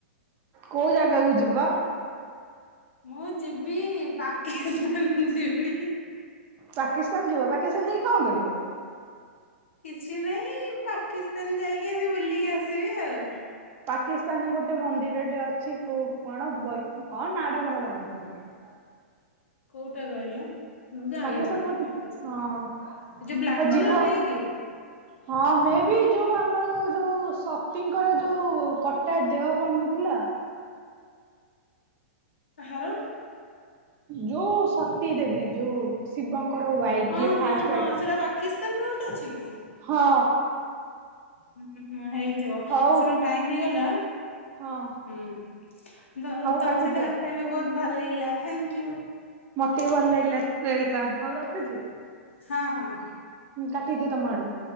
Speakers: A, on the right; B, on the left.
A: କୋଉ ଜାଗାକୁୁ ଯିବ।
B: ମୁଁ ଯିବି ପାକିସ୍ତାନ ଯିବି।
A: ପାକିସ୍ତାନ ଯିବ ପାକିସ୍ତାନ ଯାଇକି କଣ କରିବ।
B: କିଛି ନାଇଁ ପାକିସ୍ତାନ ଯାଇକି ଏବେ ବୁଲିକି ଆସିବି ଆଉ।
A: ପାକିସ୍ତାନ ରେ ଗୋଟେ ମନ୍ଦିରଟେ ଅଛି ଖୁ କଣ ବୈ କଣ ନା ଟା ମନ <unintelligible>
B: କୋଉଟା କଇଲ ମୁଁ ଜାଣିନି
A: ପାକିସ୍ତାନ ଗୋଟେ
B: ପାକି <inaudible> ଏଇ
A: ହଁ
B: ଯୋଉ ବ୍ଲାକ୍
A: ଆଉ ଯିବ
B: କଲର ହେଇକି?
A: ହଁ ମେ ବି ଯୋଉ ଆମର ଯୋଉ ସତୀଙ୍କର ଯୋଉ କଟା ଦେହ ପଡନଥିଲା।
B: କାହାର?
A: ଯୋଉ ସତୀ ଦେବୀ ଯୋଉ ଶିବଙ୍କର ୱାଇପ
B: ହଁ
A: ଯିଏ ଫାଷ୍ଟ
B: ହଁ ହଁ
A: ୱାଇଫ୍
B: ସେଟା ପାକିସ୍ତାନର ଗୋଟେ ଅଛି କି?
A: ହଁ।
B: ହୁଁ ହୁଁ ହେଇଥିବ
A: ହଉ
B: ଶୁଣ ଟାଇମ ହେଇଗଲା
A: ହଁ
B: ହୁଁ ଦ
A: ହଉ
B: ତମ
A: କାଟିଦିଅ।
B: ସହିତ କଥା ହେଇକି ବୋହୁତ ଭଲ ଲାଗିଲା ଥାଙ୍କ୍ୟୁ।
A: ମତେ ବି ଭଲ ଲାଗିଲା ୱେଲକମ୍ ହୋଉ ରଖୁଚି।
B: ହଁ ହଁ।
A: ଉଁ କଟିଦିଅ ତମ ଆଡୁ।